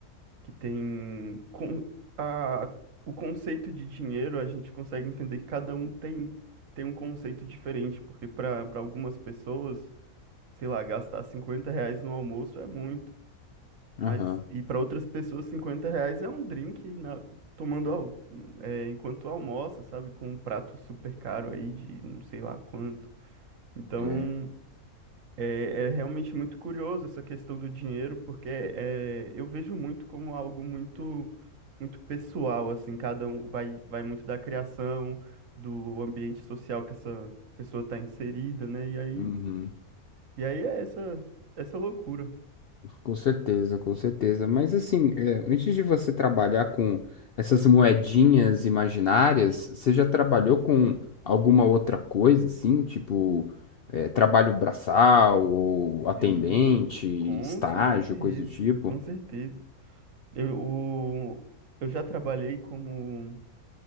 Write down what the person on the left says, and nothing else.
aham,
é,
uhum.
Com certeza, com certeza. Mas assim, é, antes de você trabalhar com essas moedinhas imaginárias, você já trabalhou com alguma outra coisa, assim, tipo é, trabalho braçal ou atendente,
estágio,
coisa do tipo?